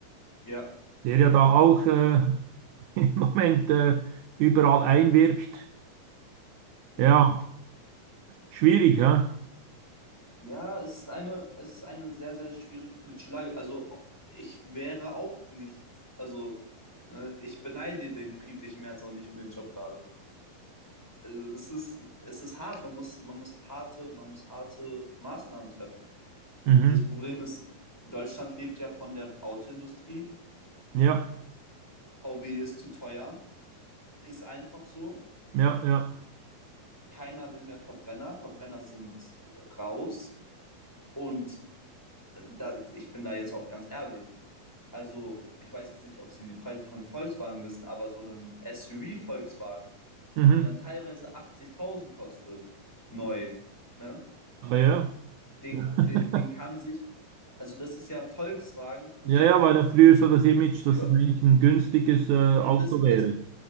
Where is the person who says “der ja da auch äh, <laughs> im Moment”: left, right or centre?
Right